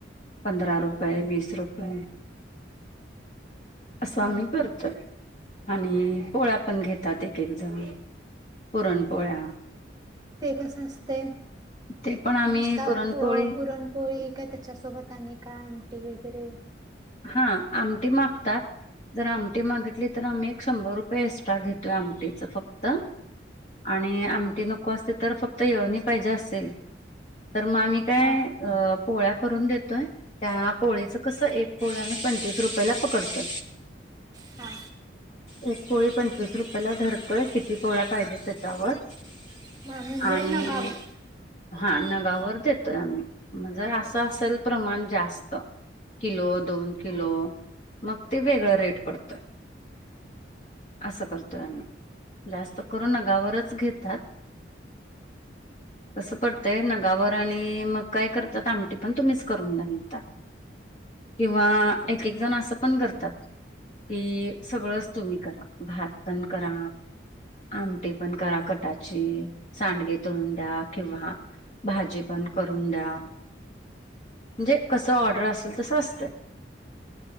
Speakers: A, on the left (about 40°); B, on the right (about 20°).
A: पंधरा रुपये, वीस रुपये. असं
B: हा
A: आम्ही करतोय आणि पोळ्या पण घेतात एक-एक जन पुरण पोळ्या
B: ते कसं असतय?
A: ते पण आम्ही
B: का
A: पुरणपोळी
B: पुरणपोळी काय त्याच्यासोबत आणि काय आमटी वगैरे
A: हा आमटी मागतात. जर आमटी मागितली तर आम्ही एक शंभर रुपये एक्स्ट्रा घेतोय आमटीचं फ क्त आणि आमटी नको असते तर फक्त येळवणी पाहिजे असेल तर मग आम्ही काय
B: हा
A: अ पोळ्या करून देतोय त्या पोळीचं कसं एक पोळ्या मी पंचवीस रुपयेला पकडतो.
B: हा
A: <inaudible> एक पोळी पंचवीस रुपयाला ला धरतोय किती पोळ्या पाहिजेत त्याच्यावर <inaudible>
B: हा म्हणजे
A: आणि
B: नगावर
A: हा नगावर देतोय आम्ही म्हणजे असं असेल प्रमाण जास्त किलो दोन किलो मग ते वेगळा रेट पडतय. असं करतोय आम्ही जास्त करून नगावरच घेतात. कसं पडतंय नगावर आणि मग काय करतात आमटी पण तुम्हीच करून दया म्हणतात. किंवा एक-एक जण असं पण करतात. कि सगळंच तुम्ही करा भात पण करा आमटी पण करा कटाची. सांडगे तळन द्या किंवा भाजी पण करून द्या <inaudible> म्हणजे कस ऑर्डर असेल तस अस. ते